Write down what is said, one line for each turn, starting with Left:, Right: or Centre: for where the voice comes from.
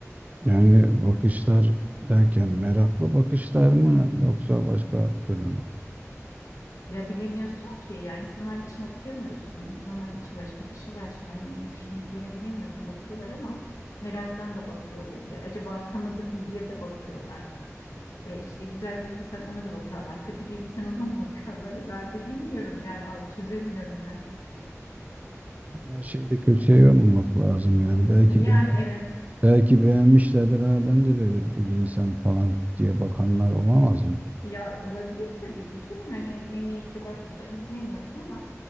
Right: Yani bakışlar derken meraklı bakışlar mı yoksa başka türlü mü?
Left: Ya bilemiyorsun ki ya insanların için okuyamıyorsun. İnsanların içi başka, dışı başka. Hani ne düşündüklerini bilemiyorsun. Bakıyorlar ama meraktan da bakıyor olabilir. Acaba tanıdık mı diye de bakıyorlar. E, işte güzel giydiysen ona da bakarlar. Kötü giydiysen ona da <laughs> bakarlar herhalde. Bilmiyorum yani al çözemiyorum ben.
Right: Her şeyi de kötüye yormamak lazım yani belki
Left: E, Yani
Right: be,
Left: evet
Right: belki beğenmişlerdir ha ben de böyle giyinsem falan diye bakanlar olamaz mı?
Left: ya olabilir tabii ki canım. Hani ne niyetle baktığını bilmiyorsun ama